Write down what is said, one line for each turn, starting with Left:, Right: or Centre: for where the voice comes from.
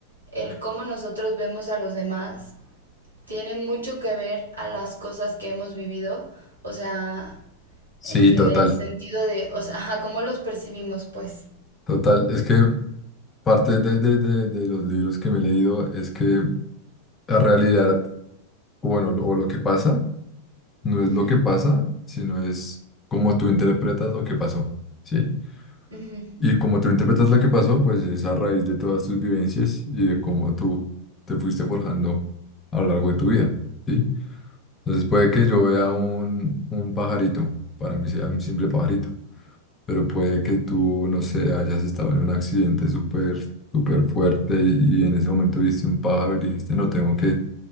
Right: el cómo nosotros vemos a los demás tiene mucho que ver a las cosas que hemos vivido? O sea,
Left: Sí,
Right: en
Left: total,
Right: el sentido de, o sea, <laughs> ajá, cómo los percibimos, pues.
Left: total. Es que parte de, de, de, de los libros que me he leído es que la realidad, o bueno, lo- o lo que pasa, no
Right: Ujú,
Left: es lo que pasa, sino es cómo tú interpretas lo que pasó, ¿sí?
Right: ujú,
Left: Y como tú interpretas lo que pasó, pues es a raíz de todas tus vivencias y de cómo tú te fuiste forjando a lo largo de tu vida, ¿sí? Entonces puede que yo vea un, un pajarito, para mí sea un simple pajarito, pero puede que tú, no sé, hayas estado en un accidente súper, súper fuerte y, y en ese momento viste un pájaro y dijiste, no, tengo que,